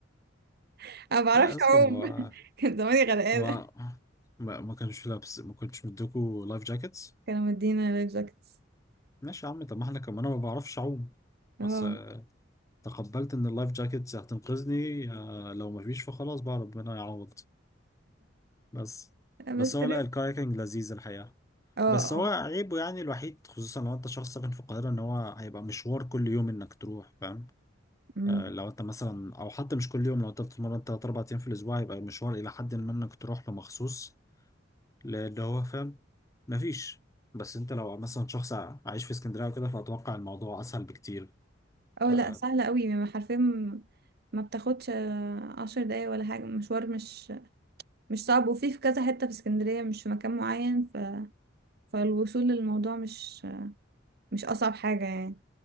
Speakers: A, on the right (about 55°); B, on the left (about 15°).
A: <laughs> انا ما بعرفش
B: لا يا اسطى
A: اعوم
B: ما
A: <laughs> كان زماني غرقانه
B: ما ما ما كانش لابس ما كنتش مديكوا لايف جاكيتس
A: كانوا مدينا لايف جاكتس
B: ماشي يا عم طب ما احنا كمان انا ما بعرفش اعوم
A: اه
B: بس آه، تقبلت ان اللايف جاكيتس هتنقذني آه، لو ما فيش فخلاص بقى ربنا يعوض بس بس
A: بس
B: هو
A: ال-
B: لا الكايكنج لذيذ الحقيقة
A: اه
B: بس هو
A: اه
B: عيبه يعني الوحيد خصوصا لو انت شخص ساكن في القاهرة ان هو هيبقى مشوار كل يوم انك تروح فاهم
A: أمم.
B: آه، لو انت مثلا او حتى مش كل يوم لو انت بتتمرن تلات اربع ايام في الاسبوع يبقى المشوار الى حد ما انك تروح له مخصوص لان هو فاهم مفيش بس انت لو مثلا شخص ع- عايش في اسكندريه وكده فاتوقع الموضوع اسهل بكتير
A: اه
B: آه،
A: لا سهلة قوي ما حرفيا ما ما بتاخدش آه، عشر دقايق ولا حاجة مشوار مش مش صعب وفي في كذا حتة في اسكندرية مش في مكان معين ف... فالوصول للموضوع مش مش أصعب حاجة يعني